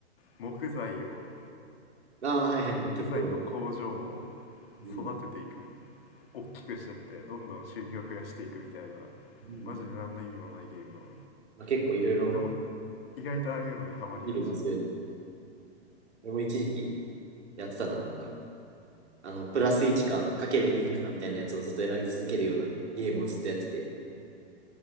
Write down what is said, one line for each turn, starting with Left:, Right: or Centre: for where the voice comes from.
Left: 木材を
Right: な。ああ、はいはい。
Left: 木材の工場を
Right: 結構、うん。
Left: 育てていく大きくしてってどんどん収入を増やしていくみたいな
Right: うん
Left: マジで何の意味もないゲームを
Right: まあ、結構いろいろ
Left: でも意外とああいうのにハマりがち
Right: 見るわ、そういうの。俺も一時期やってたな、なんか。あの、プラス1か、かける2かみたいなやつをずっと選び続けるようなゲームをずっとやってて、